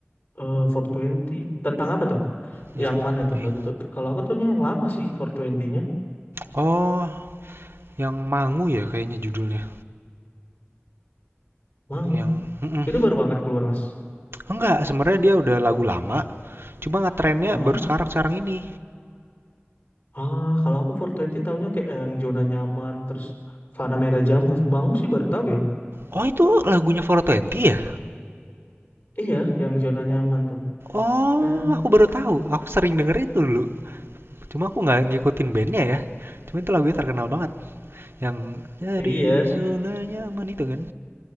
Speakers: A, on the left; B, on the right.
A: eh, 420. Tentang apa tuh?
B: Yang
A: Yang mana
B: apa
A: tuh
B: ya?
A: lagu tuh? Kalau aku tuhnya yang lama sih, twenty nya
B: Oh, yang Mangu ya kayaknya judulnya.
A: Mangu.
B: Yang mhm.
A: Itu baru banget keluar Mas.
B: Enggak, sebenarnya dia udah lagu lama, cuma ngetrennya
A: Ah,
B: baru sekarang-sekarang ini.
A: ah, kalau aku four twenty tahunya kayak yang zona nyaman, terus Fana Merah Jambu. Bangu sih baru tahu ya.
B: Oh, itu lagunya Four Twenty ya?
A: Iya, yang zona nyaman tuh.
B: Oh,
A: Ta-
B: aku baru tahu. Aku sering denger itu dulu. Cuma aku nggak ngikutin bandnya ya. Cuma itu lagunya terkenal banget. Yang dari
A: Iya.
B: zona nyaman itu kan.